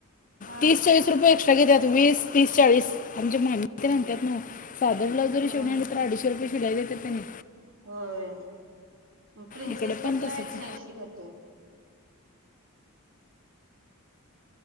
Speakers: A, on the right (about 60°); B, on the left (about 35°).
A: हा
B: तीस चाळीस रुपये एक्स्ट्रा घेत्यात.... वीस तीसचाळीस.... आमच्या मामी त्या
A: होय
B: म्हनत्यात नव साधं ब्लाउज जरी
A: हा
B: शिवून
A: हा
B: आणलं तरी अडीचशे रुपये...... शिलाई देत्यात त्यांनी....
A: होय म प्रिंसेस
B: इकडे
A: कटला
B: पण तसंच
A: एकशे ऐंशी घेतोय..